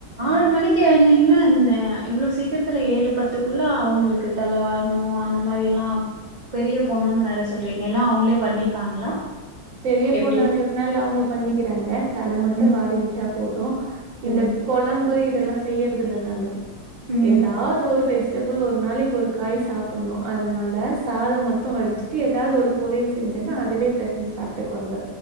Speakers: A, on the right; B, on the right.
A: ஆறு மணிக்கு எழுந்தீங்கன்னா என்ன இவ்ள சீக்கரத்துல ஏழு பத்துக்குள்ள அவங்களுக்கு தலவாரணும் அந்த மாரி எல்லாம் பெரிய பொண்ணுன்னு வேற சொல்றீங்க இல்ல அவங்களே பண்ணிப்பாங்களா
B: பெரிய பொண்ணா
A: எப்டி
B: இருக்கறதுனால அவங்க பண்ணிக்கறாங்க தல மட்டும்
A: ம்
B: வாரி விட்டா போதும் இந்த
A: ம்
B: கொழம்பு இதல்லா செய்யறது இல்ல நானு
A: ம்
B: ஏதாது ஒரு வெஜ் டபிள் ஒரு நாளைக்கு ஒரு காய் சாப்பணும் அதனால சாதம் மட்டு வடிச்சுட்டு ஏதாது ஒரு பொரியல் செஞ்சேன்னா அதுவே பெசஞ்சு சாப்ட்டுக்குவாங்க